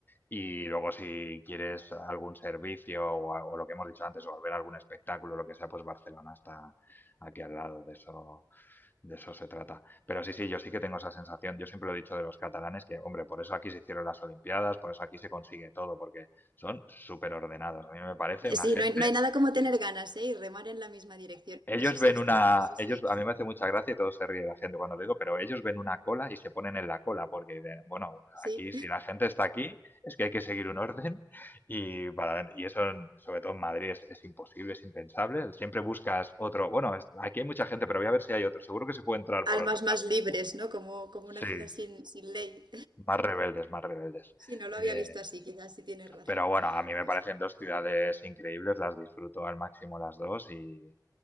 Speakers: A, on the left; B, on the right.
A: y luego si quieres algún servicio o, a- o lo que hemos dicho antes, o ver algún espectáculo, lo que sea, pues Barcelona está aquí al lado de eso. De eso se trata. Pero sí, sí, yo sí que tengo esa sensación. Yo siempre lo he dicho de los catalanes que, hombre, por eso aquí se hicieron las Olimpiadas, por eso aquí se consigue todo, porque son súper ordenados. A mí me parece una
B: Sí,
A: gente.
B: no hay, no hay nada como tener ganas, ¿eh? Y remar en la misma dirección.
A: Ellos
B: Eso sí
A: ven
B: es
A: una.
B: cierto, sí
A: Ellos,
B: sí.
A: a mí me hace mucha gracia y todo se ríe la gente cuando lo digo, pero ellos ven una cola y se ponen en la cola, porque dicen, bueno,
B: Sí.
A: aquí si la gente está aquí, es que hay que seguir un orden. Y, para, y eso, sobre todo en Madrid, es, es imposible, es impensable. Siempre buscas otro. Bueno, es- aquí hay mucha gente, pero voy a ver si hay otro. Seguro que se puede entrar
B: Almas
A: por otro
B: más
A: lado.
B: libres, ¿no? Como, como una
A: Sí,
B: ciudad sin, sin ley.
A: Más rebeldes, más rebeldes.
B: Sí, no lo
A: Eh,
B: había visto así, quizás sí tienes razón
A: pero bueno, a mí me
B: en esa
A: parecen
B: parte.
A: dos ciudades increíbles, las disfruto al máximo las dos y,